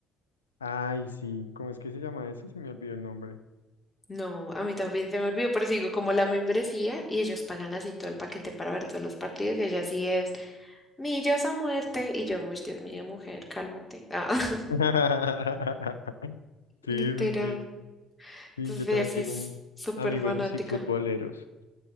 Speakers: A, on the left; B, on the left.
A: Ay, sí, ¿cómo es que se llama eso? Se me olvidó el nombre.
B: No, a mí también se me olvidó, pero sigo como la membresía y ellos pagan así todo el paquete para ver todos los partidos y ella sí es millas a muerte y yo, uy, Dios mío, mujer, cálmate. Ah, <laughs>
A: <laughs> Sí,
B: literal.
A: sí, sí. Sí,
B: Entonces
A: yo también
B: ella sí
A: tengo
B: es
A: mu-
B: súper
A: amigos
B: fanática.
A: así futboleros.